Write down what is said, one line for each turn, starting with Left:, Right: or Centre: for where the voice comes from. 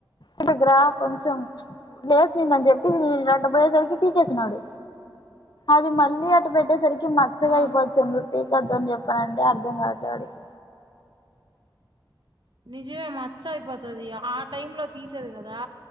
Left: ఇటు గ్రా కొంచెం లేస్ దని చెప్పి అట్ట పోయేసరికి పీకేసినాడు అది మళ్ళీ అట్ట పెట్టేసరికి మచ్చగ
Right: ఆ ఆ
Left: అయిపోది చందు పీకద్దదని చెప్పానంటే అర్థం కావట్లే వాడికి
Right: నిజమే మచ్చ అయిపోతది ఆ టై లో తీసేది కదా